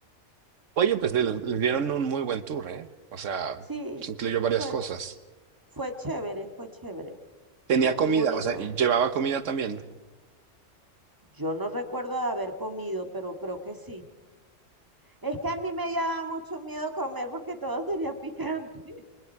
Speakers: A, on the right; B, on the right.
A: Oye, pues le, le dieron un muy buen tour, ¿eh? O sea,
B: Sí,
A: se incluyó varias
B: fue,
A: cosas.
B: fue chévere, fue chévere,
A: Tenía
B: fue muy
A: comida,
B: bonito.
A: o sea, y llevaba comida también.
B: Yo no recuerdo de haber comido, pero creo que sí. Es que a mí me daba mucho miedo comer porque todo sería picante. <laughs>